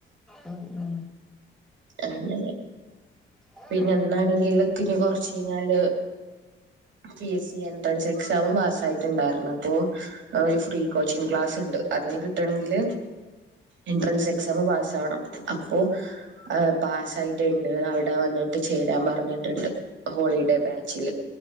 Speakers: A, in the centre; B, on the right.
A: ഉം ഉം
B: അങ്ങനെ
A: ആഹ്
B: പിന്നെ ഇന്നാണെങ്കിൽ ഇക്ക് ഇഞ്ഞ് കൊർച്ചെഴ്ഞ്ഞാൽ P S C entrance exam പാസ്സായിട്ട് ഇണ്ടാർന്നു അപ്പോ ആഹ് ഒരു ഫ്രീ കോച്ചിങ് ക്ലാസ് ഉണ്ട് അതിന് കിട്ടണെങ്കിൽ എൻട്രൻസ് എക്സാം പാസാവെണം അപ്പോ അഹ് പാസായിട്ട് ഇണ്ട് അവ്ടെ വന്നിട്ട് ചേരാൻ പർഞ്ഞിട്ട് ഇണ്ട് ഹോളിഡേ ബാച്ചില്